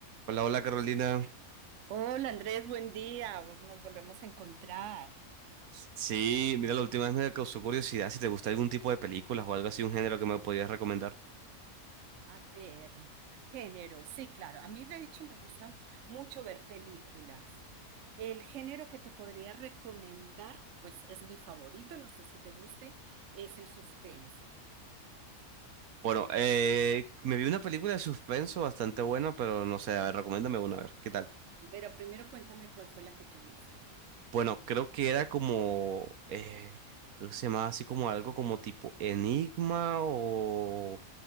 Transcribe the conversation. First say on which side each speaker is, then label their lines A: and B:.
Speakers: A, on the right (about 75°); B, on the right (about 60°).
A: Hola, hola Carolina.
B: Hola Andrés, buen día. Nos volvemos a encontrar.
A: Sí, mira, la última vez me causó curiosidad si te gusta algún tipo de películas o algo así, un género que me podías recomendar.
B: A ver, género. Sí, claro. A mí de hecho me gusta mucho ver películas. El género que te podría recomendar, pues es mi favorito, no sé si te guste, es el suspenso.
A: Bueno, eh, me vi una película de suspenso bastante buena, pero no sé, a ver, recomiéndame una, a ver, ¿qué tal?
B: Pero primero cuéntame cuál fue la que tuviste.
A: Bueno, creo que era como, eh, creo que se llamaba así como algo como tipo Enigma o